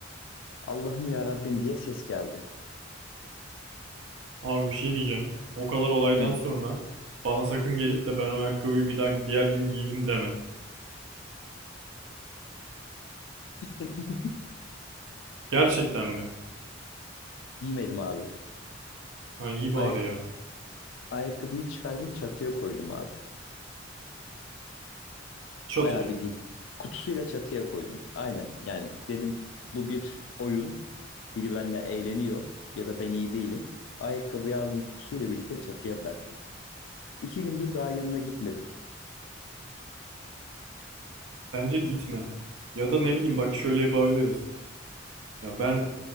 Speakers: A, on the left; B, on the right.
A: Allah'ım ya Rabbim diye ses geldi.
B: Abi bir şey diyeceğim. O kadar olaydan
A: Hı.
B: sonra bana sakın gelip de ben o ayakkabıyı bir daha diğer gün giydim deme.
A: <laughs>
B: Gerçekten mi?
A: Giymedim abi.
B: Ha iyi bari
A: Ayak
B: ya.
A: ayakkabıyı çıkardım, çatıya koydum abi.
B: Çatıya.
A: Bayağı bildiğin kutusuyla çatıya koydum. Aynen. Yani dedim bu bir oyun. Biri benimle eğleniyor ya da ben iyi değilim. Ayakkabıyı aldım kutusuyla birlikte çatıya bıraktım. İki gündür daha yanına gitmedim.
B: Bence gitme. Ya da ne bileyim bak şöyle yapabiliriz. Ya ben